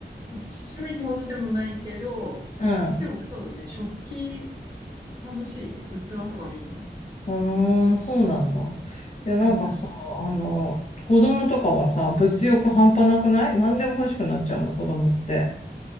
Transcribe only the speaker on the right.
趣味ってほどでもないけど、
でもそうだね。食器楽しいね。器とか見んの。
うん。